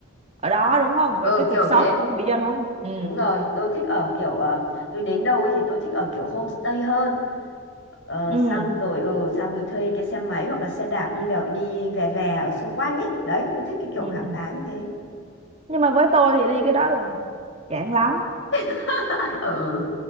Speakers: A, on the right (about 30°); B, on the left (about 60°).
A: ở đó đúng không
B: ừ
A: về cái cuộc
B: kiểu
A: sống
B: thế.
A: của người dân đó ừ
B: Đúng rồi, tôi thích ở kiểu ờ, tôi đến đâu ấy thì tôi thích ở kiểu homestay hơn. Ờ,
A: ừ
B: xong rồi ừ xong rồi thuê cái xe máy hoặc là xe đạp đi vào đi về về ở xung quanh ấy đấy tôi thích cái kiểu
A: ừ
B: khám
A: ừ.
B: phá như thế
A: nhưng mà với tôi thì đi cái đó thì chán lắm
B: <laughs> ừ